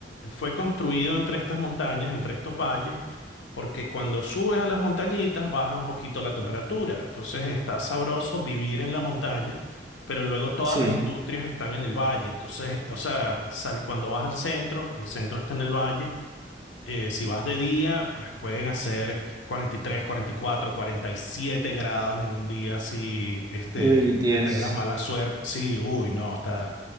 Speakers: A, on the left; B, on the right.
A: fue construido entre estas montañas, entre estos valles, porque cuando subes a las montañitas baja un poquito la temperatura. Entonces está sabroso vivir en la montaña, pero luego todas
B: Sí,
A: las industrias están en el valle. Entonces, o sea, sal, cuando vas al centro, el centro está en el valle eh, si vas de día, pues pueden hacer cuarenta cuarenta y y tres, cuarenta y cuatro, cuarenta y siete grados en un día si este,
B: uy, Dios.
A: que tengas mala suerte. Sí, uy, no, está,